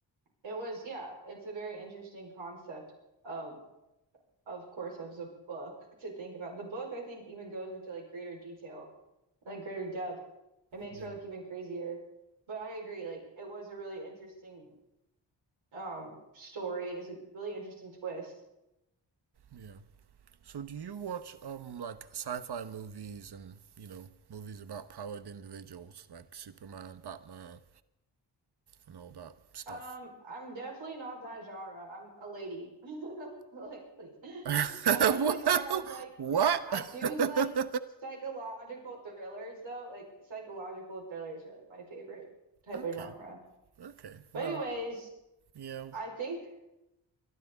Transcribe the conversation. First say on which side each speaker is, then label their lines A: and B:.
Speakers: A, on the right; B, on the right.
A: it was yeah, it's a very interesting concept of of course of the book to think about. The book I think even goes into like greater detail like greater depth. It makes
B: Yeah.
A: her look even crazier. But I agree, like it was a really interesting um story. It's a really interesting twist.
B: Yeah. So do you watch um like sci-fi movies and you know movies about powered individuals like Superman, Batman, and all that stuff.
A: Um, I'm definitely not that genre. I'm a lady. <laughs> Like, please.
B: <laughs>
A: I'm definitely more of like
B: what?
A: I do
B: <laughs>
A: like psychological thrillers though. Like psychological thrillers are like my favorite type
B: okay,
A: of genre.
B: okay.
A: But
B: Well,
A: anyways,
B: yeah.
A: I think